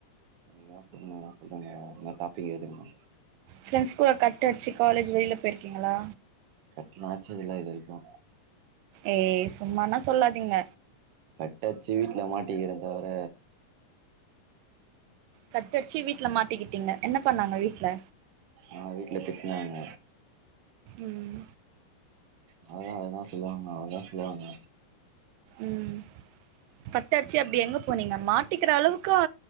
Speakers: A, on the right; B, on the right.
A: நீங்க எதா சொல்னுனா சொல்லுங்க எதுன்னா டாப்பிக் எடுங்க
B: ஃப்ரெண்ட்ஸ் கூட கட் அடுச்சு காலேஜ் வெளில போயிருக்கீங்களா
A: <unintelligible> இது வரைக்கு
B: ஏ சும்மானா சொல்லாதீங்க
A: கட்டாச்சு வீட்ல மாட்டிக்கிற தவர
B: கட்டடுச்சு வீட்ல மாட் மாட்டிக்கிட்டீங்க என்ன பண்ணாங்க வீட்ல
A: ஆ வீட்ல திட்நாங்க
B: ம்
A: அததா அததா சொல்லுவாங்க அவங்கதா சொல்லுவாங்க
B: ம் கட்டடுச்சு அப்டி எங்க போனீங்க மாட்டிக்கிற அளவுக்கு